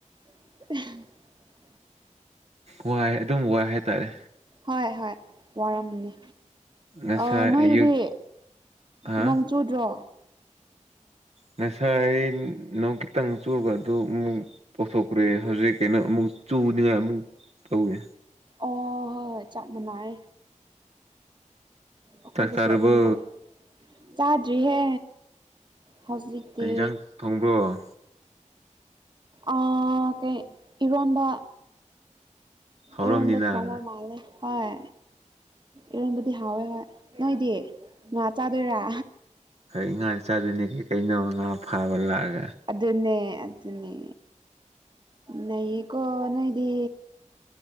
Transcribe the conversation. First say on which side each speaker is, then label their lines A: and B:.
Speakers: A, on the right; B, on the right.
A: <unintelligible>
B: ꯋꯥꯏ ꯑꯗꯨꯝ ꯋꯥꯏ ꯍꯥꯏꯇꯥꯔꯦ
A: ꯍꯣꯏ ꯍꯣꯏ ꯋꯥꯔꯝꯅꯤ
B: ꯉꯁꯥꯏ
A: ꯑꯣ ꯅꯣꯏꯒꯤꯗꯤ
B: ꯑꯌꯨꯛ ꯍꯥ
A: ꯅꯣꯡꯆꯨꯗ꯭ꯔꯣ
B: ꯉꯁꯥꯏ ꯅꯪ ꯈꯤꯇꯪ ꯆꯨꯕ ꯑꯗꯨ ꯑꯃꯨꯛ ꯄꯊꯣꯛꯈ꯭ꯔꯦ ꯍꯧꯖꯤꯛ ꯀꯩꯅꯣ ꯑꯃꯨꯛ ꯆꯨ ꯇꯨꯅꯤꯡꯉꯥꯏ ꯑꯃꯨꯛ ꯇꯧꯋꯦ
A: ꯑꯣꯍꯣꯏ ꯆꯞ ꯃꯅꯏ ꯑꯩꯈꯣꯏꯗꯁꯨ
B: ꯆꯥꯛ ꯆꯥꯔꯕꯣ
A: ꯑꯗꯨꯝ ꯇꯧꯏꯤ ꯆꯥꯗ꯭ꯔꯤꯍꯦ ꯍꯧꯖꯤꯛꯇꯤ
B: ꯀꯩ ꯏꯟꯖꯥꯡ ꯊꯣꯡꯕ꯭ꯔꯣ
A: ꯑ ꯀꯩ ꯏꯔꯣꯟꯕ
B: ꯍꯥꯎꯔꯝꯅꯤꯅ
A: ꯏꯔꯣꯟꯕ ꯊꯣꯡꯕ ꯃꯥꯜꯂꯦ ꯍꯣꯏ ꯏꯔꯣꯟꯕꯗꯤ ꯍꯥꯎꯋꯦ ꯍꯣꯏ ꯅꯣꯏꯗꯤ ꯉꯥ ꯆꯥꯗꯣꯏꯔꯥ
B: ꯑꯩ ꯉꯥ ꯆꯥꯗꯗꯤ ꯀꯩꯅꯣ ꯉꯥ ꯐꯥꯕ ꯂꯥꯛꯑꯒꯦ
A: ꯑꯗꯨꯟꯅꯦ ꯑꯗꯨ ꯅꯦ ꯅꯩꯌꯦꯀꯣ ꯅꯣꯏꯗꯤ